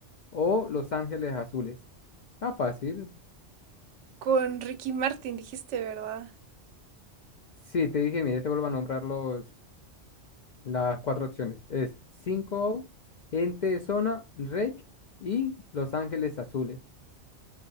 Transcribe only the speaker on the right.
con Ricky Martin dijiste, ¿verdad?